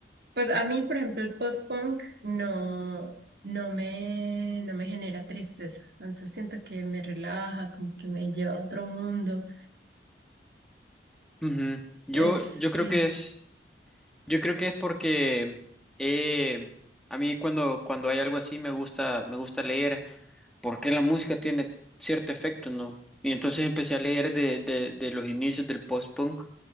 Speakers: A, on the right (about 60°); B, in the centre.
A: pues a mí, por ejemplo, el post-punk no, no me, no me genera tristeza, entonces siento que me relaja, como que me lleva a otro mundo,
B: Ujú. Yo,
A: es,
B: yo creo
A: sí,
B: que es Yo creo que es porque eh, a mí cuando, cuando hay algo así me gusta, me gusta leer porque la música tiene cierto efecto, ¿no? Y entonces empecé a leer de, de, de los inicios del post-punk